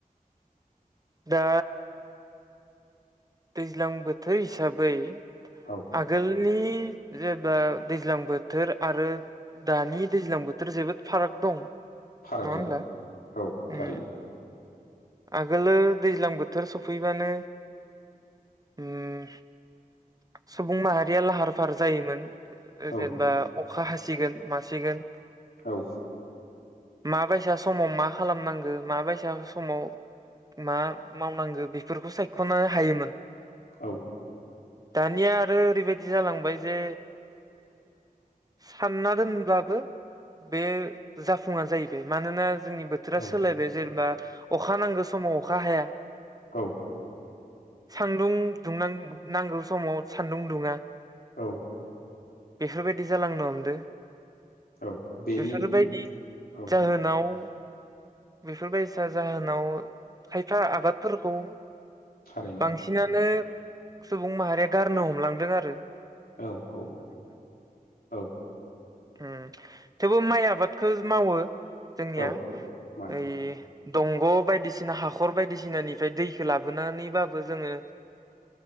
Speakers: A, on the right; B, on the left.
A: दा दैज्लां बोथोर हिसाबै
B: औ
A: आगोलनि जेबा दैज्लां बोथोर आरो दानि दैज्लां बोथोर जोबोद फाराग दं।
B: फाराग
A: नङा होनब्ला
B: जाबाय औ
A: उम
B: थारैनो।
A: आगोलो दैज्लां बोथोर सफैबानो उम सुबुं माहारिया लाहार फाहार जायोमोन। ओ
B: औ
A: जेनेबा अ खा हासिगोन मासिगोन।
B: औ।
A: माबायसा समाव मा खालामनांगो माबायसा समाव मा मावनांगो बेफोरखौ सायख'नो हायोमोन।
B: औ।
A: दानिया आरो ओरैबायदि जालांबाय जे सानना दोनब्लाबो बे जाफुङा जाहैबाय। मानोना जोंनि बोथोरा
B: औ
A: सोलायबाय। जेनेबा अखा नांगो समाव अखा हाया।
B: औ।
A: सान्दुं दुंनां नांगौ समाव सान्दुं दुङा।
B: औ।
A: बेफोरबायदि जालांनो हमदो।
B: औ बेनि
A: बेफोरबायदि
B: औ
A: जाहोनाव। बेफोरबायसा जाहोन। नाव खायफा आबादफोरखौ।
B: थारैनो
A: बांसिनानो। सुबुं माहारिया गारनो हमलांदों आरो।
B: औ औ औ।
A: ओम थेवबो माइ आबादखौ मावो। जोंनिया
B: औ माइ
A: ओइ। दंग'। बायदिसिना हाखर बायदिसिनानिफ्राय दैखौ लाबोनानैबाबो जोङो